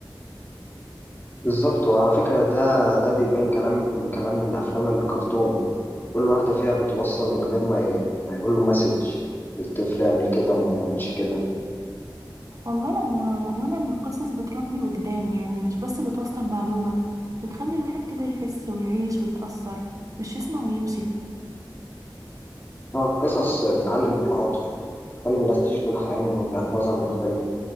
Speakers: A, on the left; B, on the right.
A: بالظبط وعلى فكرة ده ده بيبان كلام كمان من أفلام الكرتون كل واحدة فيها بتوصل من غير ما ي... ما يقول له مسج الطفل اعمل كده وما تعملش كده
B: والله انا م- مؤمنة ان القصص بتربي وجدان يعني مش بس بتوصل معلومة بتخلي الواحد كده يحس ويعيش ويتأثر مش يسمع ويمشي
A: هو القصص بتعلم التعاطف تخلي الناس تشوف الحياة من وجهات نظر مختلفة